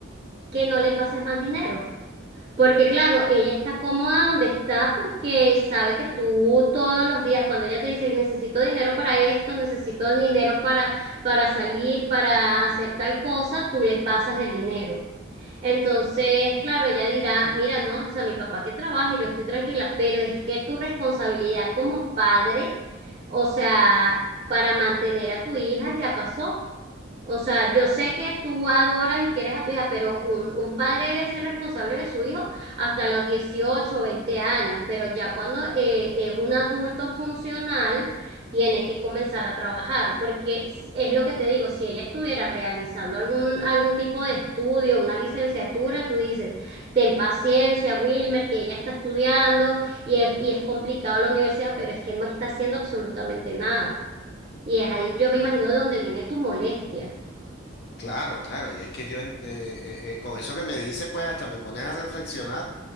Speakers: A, on the right; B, on the left.
A: que no le pases más dinero. Porque claro, ella está cómoda donde está porque sabe que tú todos los días, cuando ella te dice, necesito dinero para esto, necesito dinero para, para salir, para hacer tal cosa, tú le pasas el dinero. Entonces, claro, ella dirá, mira, no, o sea, mi papá que trabaje, yo estoy tranquila, pero es que tu responsabilidad como padre, o sea, para mantener a tu hija ya pasó. O sea, yo sé que tú adoras y quieres a tu hija, pero un, un padre debe ser responsable de su hijo hasta los 18 o 20 años, pero ya cuando eh, es un adulto funcional, tiene que comenzar a trabajar, porque es, es lo que te digo, si ella estuviera realizando algún, algún tipo de estudio, una licenciatura, tú dices, ten paciencia, Wilmer, que ella está estudiando y es, y es complicado la universidad, pero es que no está haciendo absolutamente nada. Y es ahí, yo me imagino, de donde viene tu molestia.
B: Claro, claro, y es que yo en- eh, eh, eh, con eso que me dice, pues hasta me pones a reflexionar,